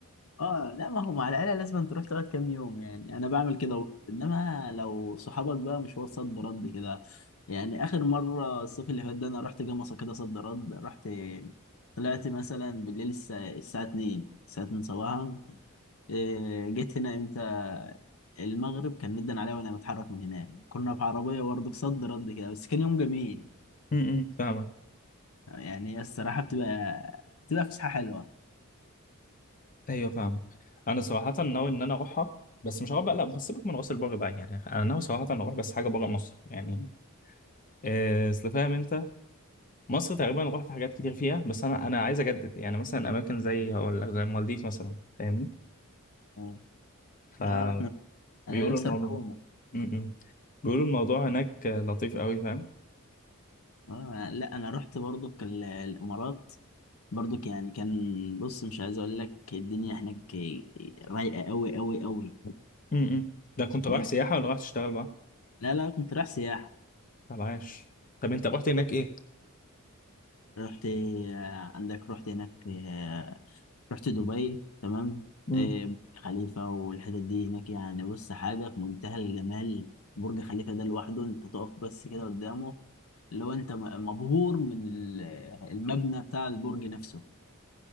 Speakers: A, on the left; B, on the left.
A: اه لا ما هو مع العيلة لازم تروح تقعد كام يوم يعني انا بعمل كده برضه. انما لو صحابك بقى مشوار صد رد كده يعني اخر مرة الصيف اللي فات ده انا رحت جمصة كده صد رد رحت طلعت مثلا بالليل الس- الساعة 2 الساعة 2 صباحا إيه، جيت هنا امتى المغرب كان مدن عليا وانا متحرك من هناك كنا في عربية برضه صد رد كده بس كان يوم جميل
B: امم فاهمك
A: يعني هي الصراحة بتبقى بتبقى فسحة حلوة
B: ايوه فاهمك انا صراحة ناوي ان انا اروحها بس مش هروح بقى لا بس سيبك من راس البر بقى يعني انا ناوي صراحة ان اروح بس حاجة بره مصر يعني آه، اصل فاهم انت مصر تقريبا رحت حاجات كتير فيها بس انا انا عايز اجدد يعني مثلا اماكن زي هقول لك زي المالديف مثلا فاهمني
A: اه
B: فبيقولوا
A: آه، احنا انا نفسي
B: الموضوع
A: اروح عموما
B: امم بيقولوا الموضوع هناك لطيف قوي فاهم
A: اه لا انا رحت برضك ال- الامارات برضك يعني كان بص مش عايز اقول لك الدنيا هناك رايقة قوي قوي قوي
B: امم ده كنت رايح
A: هناك
B: سياحة ولا رايح تشتغل بقى؟
A: لا لا كنت رايح سياحة
B: طب عاش طب انت رحت هناك ايه؟
A: رحت آه، عندك رحت هناك آه، رحت دبي تمام
B: امم
A: آه، برج خليفة والحتت دي هناك يعني بص حاجة في منتهى الجمال برج خليفة ده لوحده انت تقف بس كده قدامه اللي هو انت م- مبهور من ال- المبنى بتاع البرج نفسه